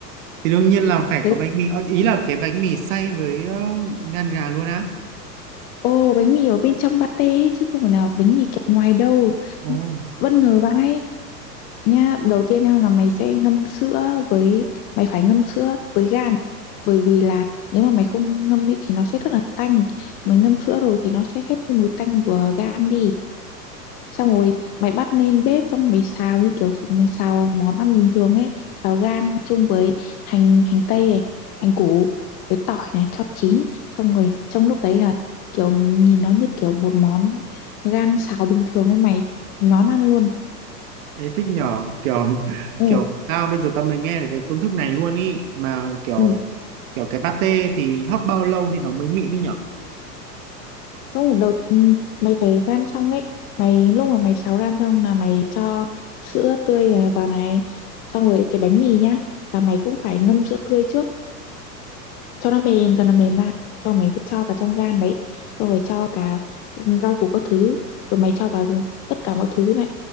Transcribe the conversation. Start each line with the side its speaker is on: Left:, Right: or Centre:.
Right: thì đương nhiên là phải
Left: đấy
Right: có bánh mì Ờ, ý là cái bánh mì xay với ờ, ngan gà luôn á
Left: ô bánh mì ở bên trong pate ấy, chứ không phải nào bánh mì kẹp ngoài đâu
Right: Ồ,
Left: bất ngờ vãi nhá đầu tiên nha là mày sẽ ngâm sữa với mày phải ngâm sữa với gan bởi vì là nếu mà mày không ngâm ấy thì nó sẽ rất là tanh mày ngâm sữa rồi thì nó sẽ hết cái mùi tanh của gan đi xong rồi mày bắt lên bếp xong mày xào như kiểu mình xào món ăn bình thường ấy xào gan chung với hành hành tây này hành củ với tỏi này cho chín xong rồi trong lúc đấy là kiểu nhìn nó như kiểu một món gan xào bình thường ấy mày nhón ăn luôn
Right: thế thích nhỏ kiểu <laughs>
Left: Ồ,
Right: kiểu tao bây giờ tao mới nghe được cái công thức này luôn ý mà kiểu
Left: ừ
Right: kiểu cái pate thì hấp bao lâu thì nó mới mịn đi nhở
Left: Không, đầu ừm, mày phải gan xong ấy. Mày lúc mà mày sáo gan xong là mày cho sữa tươi này vào này, xong rồi cái bánh mì nhá, là mày cũng phải ngâm sữa tươi trước cho nó mềm cho nó mềm ra cho mày phải cho vào trong gan đấy cho rồi cho cả rau củ các thứ rồi mày cho vào tất cả mọi thứ này